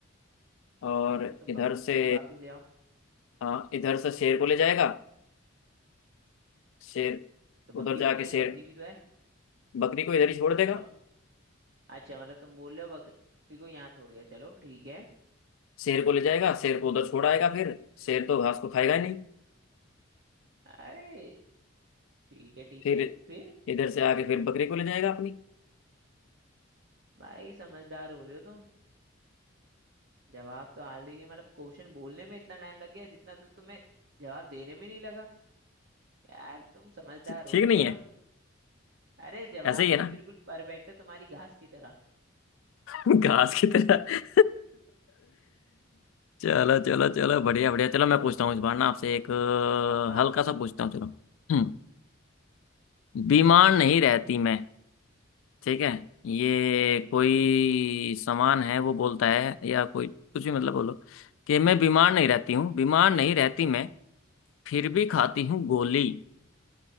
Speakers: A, on the left; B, on the right.
A: और
B: चलो तुम
A: इधर
B: बकरी
A: से
B: को वापस ले आओ
A: हाँ इधर से शेर को ले जाएगा शेर
B: तो बकरी
A: उधर जाके
B: कहाँ गई
A: शेर
B: बकरी भी तो है
A: बकरी को इधर ही छोड़ देगा
B: बकरी अच्छा मतलब तुम बोल रहे हो बकरी को यहाँ छोड़ गया चलो ठीक है
A: शेर को ले जाएगा शेर को उधर छोड़ आएगा फिर शेर तो घास को खाएगा ही नहीं
B: अरे ठीक है ठीक
A: फिर
B: है फिर
A: इधर से आके फिर बकरी को ले जाएगा अपनी
B: भाई समझदार हो रहे हो तुम जवाब तो हाल ही नहीं मतलब क्वेश्चन बोलने में इतना टाइम लग गया जितना तो तुम्हें जवाब देने में नहीं लगा यार तुम समझदार
A: ठीक
B: हो रहे हो
A: नहीं
B: चलो
A: है
B: अरे जवाब
A: ऐसे ही है ना
B: भी बिल्कुल परफेक्ट है तुम्हारी घास की तरह
A: घास की तरह चलो चलो चलो बढ़िया बढ़िया चलो मैं पूछता हूँ इस बार ना आपसे एक अ,
B: पक्का पक्का
A: हल्का सा पूछता हूँ चलो हम्म बीमार नहीं रहती मैं ठीक है ये
B: ठीक
A: कोई
B: है
A: सामान है वो बोलता है या कोई कुछ भी मतलब बोलो कि मैं बीमार नहीं रहती हूँ बीमार नहीं रहती मैं फिर भी खाती हूँ गोली